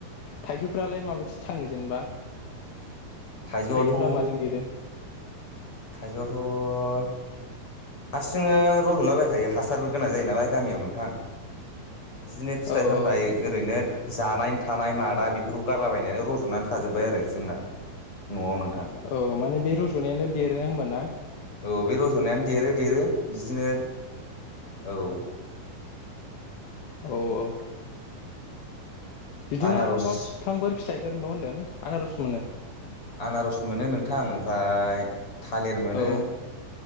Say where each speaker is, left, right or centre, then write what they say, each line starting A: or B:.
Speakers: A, on the left; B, on the left.
A: थाइजौफ्रालाय माबायदि थाङो जेनेबा?
B: थाइजौआथ'
A: थाइजौफोरा माजों देरो।
B: थाइजौआथ' हारसिङो रजलाबायखायो हासार गोनां जायो नालाय गामियाव नोंथां बिदिनो फिथाइ
A: औ
B: सामथाइ
A: औ
B: ओरैनो जानाय थानाय मादा बेफोरखौ गारलाबायनानै रजनानै थाजोब्बाय आरो जोंना न'आव नो।
A: औ माने बे रज'नायानो देरो होनबा ना?
B: औ बे रज'नायानो देरो देरो बिदिनो औ।
A: औ औ बिदिनो
B: आनारस
A: आरोबाव मा फिफांफोर फिथाइफोर मोनबावो होन्दों आनारस मोनो?
B: आनारस मोनो नोंथां ओमफाय थालिर मोनो।
A: औ